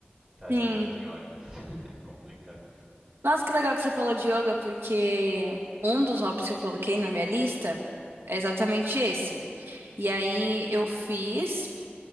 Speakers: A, on the right; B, on the right.
A: tadinha
B: sim.
A: das senhorinhas. <laughs> É complicado.
B: Nossa, que legal que você falou de yoga, porque um dos hobbies que eu coloquei na minha lista é exatamente esse. E aí eu fiz.